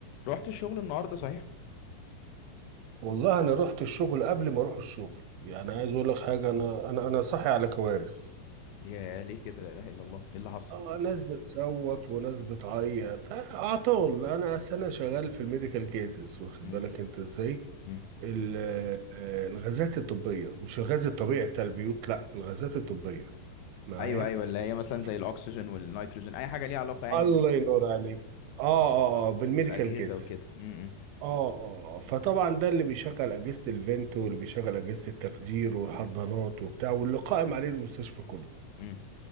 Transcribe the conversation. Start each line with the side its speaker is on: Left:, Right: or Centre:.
Left: رحت الشغل النهارده صحيح
Right: والله انا رحت الشغل قبل ما اروح الشغل يعني عايز اقول لك حاجه انا انا انا صاحي على كوارث
Left: يا ليه كده لا اله الا الله ايه اللي حصل
Right: اه ناس بتصوت وناس بتعيط آه، اعطال انا أصل انا شغال في الميديكال جازز واخد
Left: امم
Right: بالك انت ازاي
Left: امم
Right: ال- آه، الغازات الطبيه مش الغاز الطبيعي بتاع البيوت لا الغازات الطبيه معايا
Left: ايوه ايوه اللي هي مثلا
Right: ف-
Left: زي الاكسجين والنيتروجين اي حاجه ليها علاقه يعني
Right: الله
Left: بال...
Right: ينور عليك اه اه اه بالميديكال
Left: بالاجهزه
Right: جازز
Left: وكده امم
Right: اه اه فطبعا ده اللي بيشغل اجهزه الفنت واللي بيشغل اجهزه التخدير والحضانات وبتاع واللي قائم عليه المستشفى كله
Left: امم